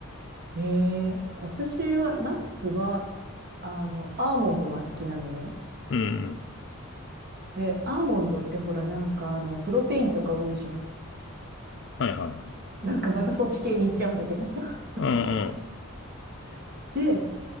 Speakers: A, on the right; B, on the left.
A: ええ私は、ナッツは、あの、アーモンドが好きなのね。
B: うん、うん。
A: で、アーモンドってほら、なんか、あの、プロテインとか多いじゃん。
B: はいはい。
A: <laughs> なんかまたそっち系に行っちゃうんだけどさ。
B: うんうん。
A: <laughs> で、